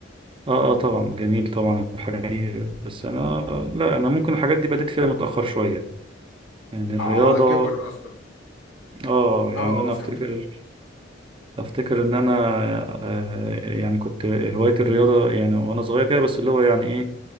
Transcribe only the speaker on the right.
اه اه طبعا جميل طبعا الحاجات دي بس انا لا انا ممكن الحاجات دي بديت فيها متأخر شوية يعني الرياضة
اه يعني
انا
افتكر افتكر ان انا آه، يعني كنت هوايتي الرياضة يعني وانا صغير كده بس اللي هو يعني ايه